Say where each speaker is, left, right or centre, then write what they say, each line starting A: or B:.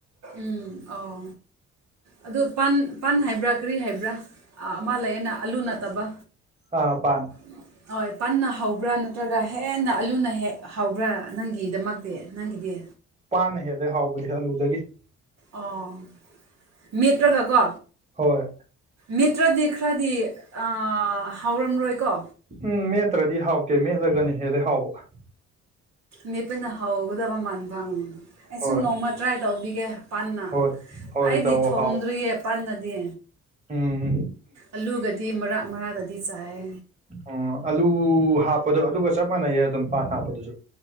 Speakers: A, on the right (about 60°); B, on the right (about 20°).
A: ꯎꯝ ꯑꯥꯎ ꯑꯗꯨ ꯄꯥꯟ ꯄꯥꯟ ꯍꯥꯏꯕ꯭ꯔꯥ ꯀꯔꯤ ꯍꯥꯏꯕ꯭ꯔꯥ ꯑꯃ ꯂꯩꯌꯦꯅ ꯑꯂꯨ ꯅꯠꯇꯕ
B: ꯑ ꯄꯥꯟ
A: <unintelligible> ꯍꯣꯏ ꯄꯥꯟꯅ ꯍꯥꯎꯕ꯭ꯔꯥ ꯅꯠꯇ꯭ꯔꯒ ꯍꯦꯟꯅ ꯑꯂꯨꯅ ꯍꯦꯛ ꯍꯥꯎꯕ꯭ꯔꯥ ꯅꯪꯒꯤꯗꯃꯛꯇꯤ ꯅꯪꯒꯤꯗꯤ
B: ꯄꯥꯟꯅ ꯍꯦꯜꯂꯦ ꯍꯥꯎꯕꯗꯤ ꯑꯂꯨꯗꯒꯤ
A: ꯑꯣ ꯃꯦꯠꯔꯒ ꯀꯣ
B: ꯍꯣꯏ
A: ꯃꯦꯠꯇ꯭ꯔꯗꯤ ꯈꯔꯗꯤ ꯑ ꯍꯥꯎꯔꯝꯔꯣꯏꯀꯣ
B: ꯎꯝ ꯃꯦꯠꯇ꯭ꯔꯗꯤ ꯍꯥꯎꯇꯦ ꯃꯦꯠꯂꯥꯒꯅ ꯍꯦꯜꯂꯦ ꯍꯥꯎꯕ
A: ꯃꯦꯠꯄꯅ ꯍꯥꯎꯒꯗꯕ ꯃꯥꯟꯕꯪ ꯑꯩꯁꯨ
B: ꯍꯣꯏ
A: ꯅꯣꯡꯃ ꯇ꯭ꯔꯥꯏ ꯇꯧꯕꯤꯒꯦ ꯄꯟꯅ
B: ꯍꯣꯏ ꯍꯣꯏ
A: ꯑꯩꯗꯤ
B: ꯇꯧ
A: ꯊꯣꯡꯗ꯭ꯔꯤꯌꯦ
B: ꯍꯥꯎ
A: ꯄꯟꯅꯗꯤ
B: ꯎꯝ
A: ꯑꯂꯨꯒꯗꯤ ꯃꯔꯥꯛ ꯃꯔꯥꯛꯇꯗꯤ ꯆꯥꯌꯦ
B: ꯑꯣ ꯑꯂꯨ ꯍꯥꯞꯄꯗꯣ ꯑꯗꯨꯒ ꯆꯞ ꯃꯥꯟꯅꯩꯌꯦ ꯑꯗꯨꯝ ꯄꯥꯟ ꯍꯥꯞꯄꯗꯨꯖꯨ